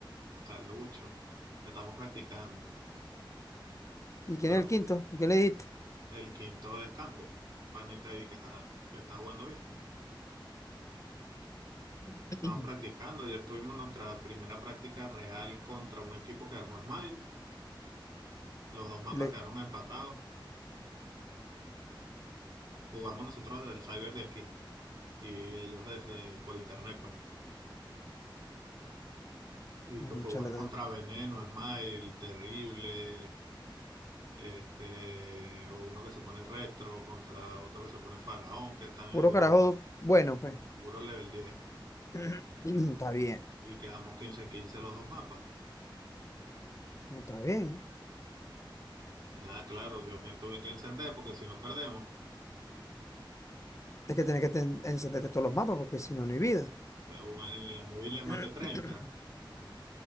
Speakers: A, on the right; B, on the left.
A: Calucho. Estamos practicando.
B: ¿Y quién
A: Pero
B: es el
A: pues,
B: quinto? ¿A ¿Qué le dijiste?
A: el quinto es Cango, un panita ahí que está, que está jugando bien.
B: <clears throat>
A: Estamos practicando. Ayer tuvimos nuestra primera práctica real contra un equipo que armó Smile. Los dos mapas
B: Le,
A: quedaron empatados. Jugamos nosotros desde el cyber de aquí y ellos desde por internet, pues. Y
B: Bueno,
A: pues jugamos
B: chale, está
A: contra
B: bien.
A: Veneno, Smile, Terrible, este, o uno que se pone Retro, contra otro que se pone Faraón, que están en
B: Puro
A: Europa.
B: carajo, bueno, pues.
A: Puro level 10.
B: <clears throat> Está bien,
A: y quedamos quince quince los dos mapas.
B: no está bien.
A: Nada, claro, yo me tuve que encender porque si no perdemos.
B: Es que tenés que ten- encenderte todos los mapas porque si no, no hay vida.
A: O En la nube les maté
B: <clears throat>
A: 30.